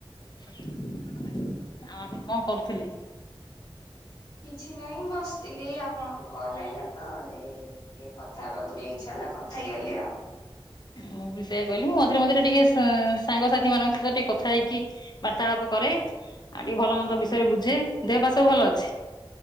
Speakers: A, on the left; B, on the left.
A: ଆଉ ଆପଣ କଣ କରୁଥିଲେ?
B: କିଛି ନାହିଁ ବସିଥିଲି ଆପଣଙ୍କୁ କଲ ଆଇଲା ତ ହେଇ ଟିକେ କଥା ହେବାକୁ ଟିକେ ଇଚ୍ଛା ହେଲା କଥା ହେଇଗଲି ଆଉ।
A: ମୁଁ ବି ସେଇଆ କହିଲି। ମୁଁ ମଝିରେ ମଝିରେ ଟିକେ ସି ସାଙ୍ଗସାଥି ମାନଙ୍କ ସହିତ ଟିକେ କଥା ହେଇକି ବାର୍ତ୍ତାଳାପ କରେ ଆଉ ଟିକେ ଭଲ
B: ହୁଁ
A: ମନ୍ଦ ବିଷୟରେ ବୁଝେ ଦେହ ପାହା ସବୁ ଭଲ ଅଛି?